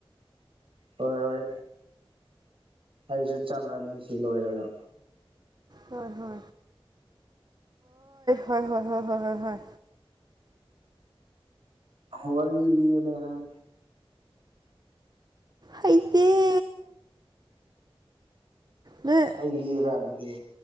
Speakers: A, on the right; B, on the right.
A: ꯍꯣꯏ ꯍꯣꯏ ꯑꯩꯁꯨ ꯆꯠꯂꯅꯤ ꯁꯤ ꯂꯣꯏꯔꯒ
B: ꯍꯣꯏ ꯍꯣꯏ ꯍꯣꯏ ꯍꯣꯏ ꯍꯣꯏ ꯍꯣꯏ ꯍꯣꯏ ꯍꯣꯏ ꯍꯣꯏ
A: ꯋꯥꯔꯤ ꯂꯤꯕꯅꯤ ꯍꯥꯏ
B: ꯍꯩꯇꯦ ꯅꯣꯏ
A: ꯑꯩ ꯂꯤꯌꯨꯔꯥ ꯑꯗꯨꯗꯤ